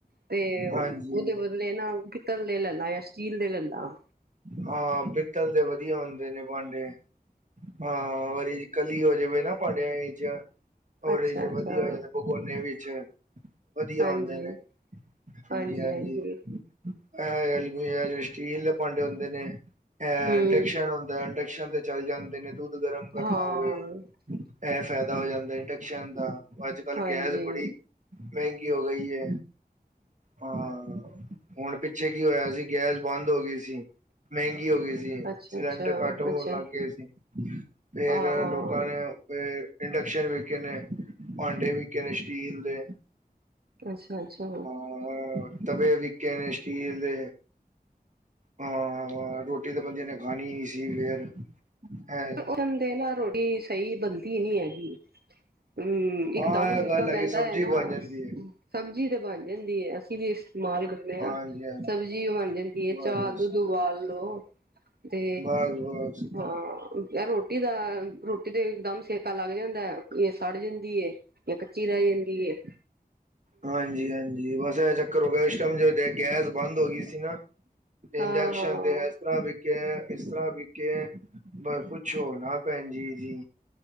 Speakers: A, on the right; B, on the right.
A: ਤੇ ਉਦੇ
B: ਹਾਂਜੀ
A: ਬਦਲੇ ਨਾ ਪਿਤੱਲ ਦੇ ਲੱਲਾਂ ਯਾ ਸਟੀਲ ਦੇ ਲੱਲਾਂ।
B: ਹਾਂ, ਪਿੱਤਲ ਦੇ ਵਦੀਆ ਹੋਂਦੇ ਨੇ ਭਾਂਡੇ, ਹਾਂ ਵਰੀ ਕਲੀ ਹੋ ਜਾਵੇ ਨਾ ਭਾਂਡਿਆਂ ਇਰ ਓਦੇ
A: ਅੱਛਾ
B: ਚ
A: ਅੱਛਾ
B: ਵਦੀਆ ਹੋ ਜਾਂਦੇ ਭਗੋਨੇ ਵਿੱਚ ਵਦੀਆ
A: ਹਾਂਜੀ
B: ਹੋਂਦੇ ਨੇ,
A: ਹਾਂਜੀ
B: ਹਾਂਜੀ-ਹਾਂਜੀ।
A: ਹਾਂਜੀ
B: ਐ ਐਲਮੀ ਐ ਜੇੜੇ ਸਟੀਲ ਦੇ ਭਾਂਡੇ ਹੁੰਦੇ ਨੇ ਐ
A: ਹਮ
B: ਇੰਡਕਸ਼ਨ ਹੁੰਦੈ, ਇੰਡਕਸ਼ਨ ਤੇ ਚੱਲ ਜਾਂਦੇ ਨੇ ਦੁੱਦ ਗਰਮ ਕਰਨਾ
A: ਹਾਂ
B: ਹੋਵੇ ਐ ਫੈਦਾ ਹੋ ਜਾਂਦੈ ਇੰਡਕਸ਼ਨ ਦਾ ਅੱਜ-ਕੱਲ
A: ਹਾਂਜੀ
B: ਗੈਸ ਬੜੀ ਮੈਂਗੀ ਹੋ ਗਈ ਐ, ਹਾਂ ਹੁਣ ਪਿੱਛੇ ਕੀ ਹੋਇਆ ਸੀ ਗੈਸ ਬੰਦ ਹੋ ਗਈ ਸੀ ਮੈਂਗੀ ਹੋ ਗਈ ਸ ਤੇ
A: ਅੱਛਾ-ਅੱਛਾ,
B: ਸਿਲੰਡਰ ਘੱਟ ਹੋਨ
A: ਅੱਛਾ
B: ਲੱਗ ਗਏ ਸੀ, ਫੇਰ
A: ਹਾਂ-ਹਾਂ,
B: ਲੋਕਾਂ ਨੇ ਆ ਇੰਡਕਸ਼ਨ ਵਿਕੇ ਨੇ, ਭਾਂਡੇ ਵਿਕੇ ਨੇ ਸਟੀਲ ਦੇ।
A: ਅੱਛਾ-ਅੱਛਾ।
B: ਹੋਰ ਤਵੇ ਵਿਕੇ ਨੇ ਸਟੀਲ ਦੇ, ਹਾਂ ਅ ਰੋਟੀ ਤੇ ਬੰਦੇਆਂ ਨੇ ਖਾਨੀ ਈ ਸੀ ਫੇਰ ਹੈਂ
A: ਓਂਦੇ ਨਾਲ ਰੋਟੀ ਸਈ ਬਨਦੀ ਨਈ ਹੈਗੀ। ਹੰ, ਇੱਕ
B: ਹਾਂ
A: ਦਮ
B: ਇਹ
A: ਸੇਕਾ
B: ਗੱਲ ਹੈਗੀ
A: ਪੈਂਦਾ
B: ਸਬਜ਼ੀ
A: ਐ ਨਾ,
B: ਬਣ ਜਾਂਦੀ ਹੈ
A: ਸਬਜੀ ਤੇ ਬਣ ਜਾਂਦੀ ਏ। ਅਸੀ ਵੀ ਇਸਤੇਮਾਲ ਕਰਨੇ ਆਂ,
B: ਹਾਂਜੀ ਹਾਂਜੀ
A: ਸਬਜ਼ੀ ਬਨ ਜਾਂਦੀ ਏ, ਚਾ
B: ਬਸ
A: ਦੁੱਦ ਉਬਾਲ ਲੋ। ਤੇ
B: ਬਸ ਬਸ
A: ਹਾਂ, ਐ ਰੋਟੀ ਦਾ ਰੋਟੀ ਤੇ ਦੱਮ ਸੇਕਾ ਲੱਗ ਜਾਂਦੈ, ਏ ਸੜ ਜਾਂਦੀ ਏ ਯਾ ਕੱਚੀ ਰੇ ਜਾਂਦੀ ਏ।
B: ਹਾਂਜੀ-ਹਾਂਜੀ, ਬਸ ਐ ਚੱਕਰ ਹੋ ਗਿਆ। ਇਸ ਟਾਈਮ ਜਦ ਗੈਸ ਬੰਦ ਹੋ ਗਈ ਸੀ ਨਾ ਤੇ
A: ਹਾਂ-ਹਾਂ।
B: ਇੰਡਕਸ਼ਨ ਤੇ ਐਸ ਤਰ੍ਹਾਂ ਵਿਕ ਕੈ ਇਸ ਤਰ੍ਹਾਂ ਵਿਕੈ ਬਸ ਪੁੱਛੋ ਨਾ ਭੈਨਜੀ ਜੀ।